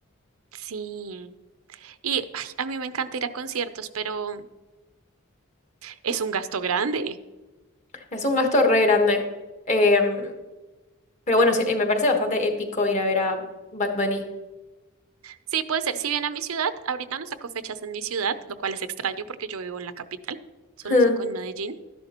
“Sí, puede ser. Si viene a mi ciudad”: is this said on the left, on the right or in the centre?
Right